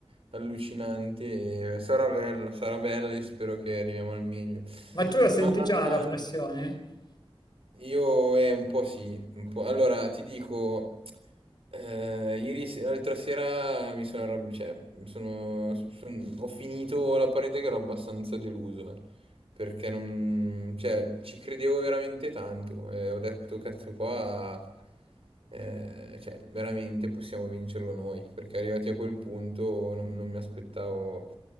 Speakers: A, on the right; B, on the left.
A: allucinante, e sarà bella, sarà bella, io spero che arriviamo al meglio.
B: Ma tu la senti
A: Ma
B: già
A: ehm,
B: la pressione?
A: Io eh, un po' sì, un po'. Allora ti dico, eh, ieri se- l'altra sera mi sono arrabbiato, cioè mi sono, son- ho finito la partita che ero abbastanza deluso, eh, perché non, cioè, ci credevo veramente tanto, eh, ho detto cazzo qua. Eh, cioè, veramente possiamo vincerlo noi, perché arrivati a quel punto non, non mi aspettavo.